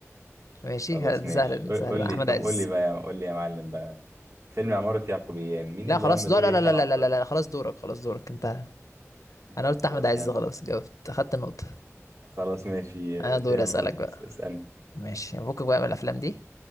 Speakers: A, on the left; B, on the right.
A: ماشي
B: خلاص
A: ه- ده
B: ماشي
A: سهل
B: قول
A: ده سهل
B: قول
A: ده
B: لي
A: احمد
B: طب
A: عز
B: قول لي بقى يا- قول لي يا معلم بقى فيلم عمارة يعقوبيان مين
A: لا
B: اللي
A: خلاص
B: قام بدور
A: دور لا
B: يحيى
A: لا لا
B: العطار
A: لا لا لا لا، خلاص دورك خلاص دورك انت
B: أنت
A: انا قلت
B: خلاص
A: احمد عز
B: يا عم
A: خلاص جاوبت اخدت النقطة
B: خلاص ماشي آه،
A: انا دوري
B: يلا
A: اسألك بقى
B: اس- اسألني
A: ماشي فكك بقى من الافلام دي